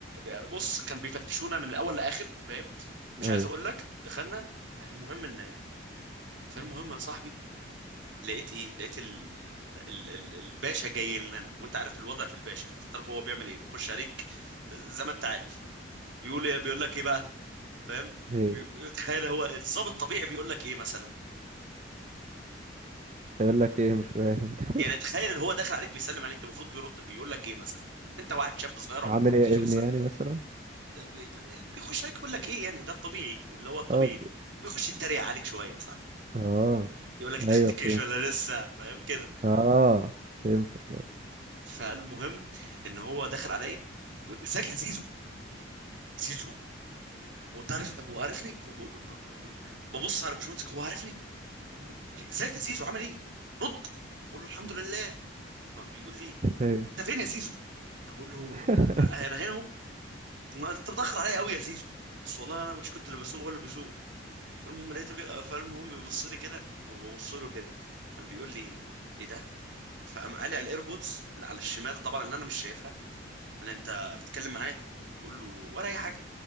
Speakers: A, on the right (about 70°); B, on the right (about 35°).
A: يعني بص كان بيفتشونا من الأول لآخر فاهم؟ مش
B: ايوه
A: عايز أقول لك دخلنا فالمهم إن فالمهم يا صاحبي لقيت ايه لقيت ال... ال... ال... الباشا جاي لنا وانت عارف الوضع في الباشا انت تعرف هو بيعمل ايه بيخش عليك زي ما انت عارف بيقول إيه؟ بيقول لك ايه بقى فاهم
B: ايوه
A: بي- تخيل هو الضابط الطبيعي بيقول لك ايه مثلا
B: يقول لك ايه مش فاهم <laughs>
A: يعني تخيل ان هو داخل عليك بيسلم عليك المفروض بيرد بيقول لك ايه مثلا انت واحد شاب صغير عمرك
B: عامل
A: 18
B: ايه يا ابني
A: سنه
B: يعني مثلا
A: بي- بي- بيخش عليك يقول لك ايه يعني ده الطبيعي اللي هو الطبيعي
B: اه ب-
A: بيخش يتريق عليك شويه صح
B: اه
A: يقول لك انت
B: ايوه
A: خدت الجيش
B: فهمت
A: ولا لسه فاهم كده
B: اه فهمتك
A: فالمهم ان هو داخل عليا بيقول ازيك يا زيزو زيزو وانت عارف هو عارفني فبقول ب- ب- ب- ببص على باشمهندس هو عارفني تمام بيقول لي ازيك يا زيزو عامل ايه رد بقول له الحمد لله فبيقول لي
B: <laughs> ايوه
A: انت فين يا زيزو انا بقول له
B: <laughs>
A: انا هنا ما انت بتأخر عليا قوي يا زيزو بس والله انا مش كنت اللي بسوق هو اللي بيسوق فالمهم لقيته كده فالمهم بيبص لي كده وببص له كده قام بيقول لي ايه ده فقام قالع الايربودز اللي على الشمال طبعا اللي انا مش شايفها اللي انت بتتكلم معايا بقول له ولا اي حاجه